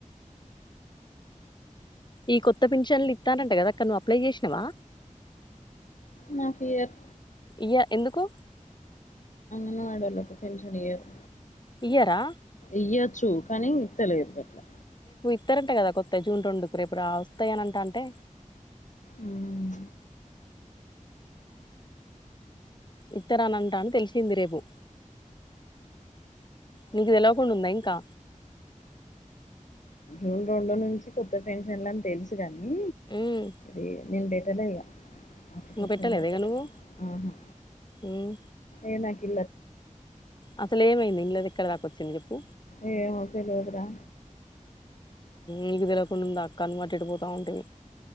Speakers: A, on the left (about 35°); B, on the left (about 65°).
A: ఈ కొత్త పెన్షన్లు ఇత్తారంట కదా అక్క నువ్వు అప్లై చేసినవా
B: మా ఫియర్
A: ఇయ్య ఎందుకు
B: మా ఆడోళ్ళుకు పెన్షనీయ్యరు
A: ఇయ్యరా
B: ఇయ్యొచ్చు కానీ ఇతలేరు అట్లా
A: ఇస్తారంట కదా కొత్త జూన్ రెండుకు రేపుడు వస్తాయ అని అంట అంటే
B: ఉమ్.
A: ఇతరనంటా అని తెలిసింది రేపు నీకు తెలివకుండా ఉందా ఇంకా
B: జూన్ రెండు నుంచి కొత్త పెన్షన్లని తెలుసు కానీ
A: ఉమ్
B: ఇ నేను తెనైగా
A: ఇంక
B: అషన్
A: పెట్టలేదా
B: బద
A: ఇగ నువ్వు
B: ఆహా
A: ఉమ్
B: ఏనకి
A: అసలు ఏమైంది ఇంట్లో దిక్కడి దకొచ్చింది చెప్పు
B: ఏమో తెలవదు రా
A: నీకు తెలవకుండా ఉంద అక్క అను మట్టిడి పోతా ఉంటవి